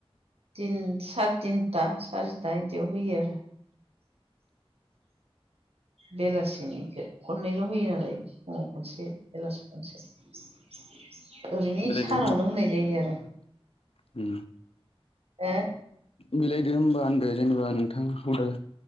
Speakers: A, on the right; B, on the left.
A: तिन सत थिनथा सारिथा बिदियाव होयो आरो बेलासिनिखौ खननैल' होयोोन आरो फुङाव खनसे बेलासि खनसे ओरैनो
B: मिलायदो
A: सानावनो होनाय जायो आरो
B: उ
A: ए
B: मिलायदो होमबा होनदो जेनेबा नोंथाङा हदाल